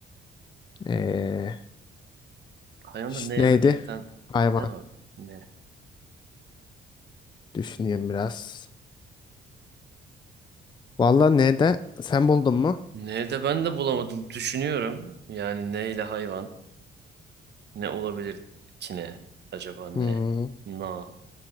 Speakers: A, on the left; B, on the right.
A: Eee,
B: Hayvanda
A: ş-
B: neyi
A: neydi?
B: hak eden
A: Hayvan.
B: ne var? Ne?
A: Düşüneyim biraz. Valla ne de? Sen buldun mu?
B: Ne de ben de bulamadım. Düşünüyorum. Yani ne ile hayvan. Ne olabilir ki ne? Acaba ne?
A: Hmm.
B: Na,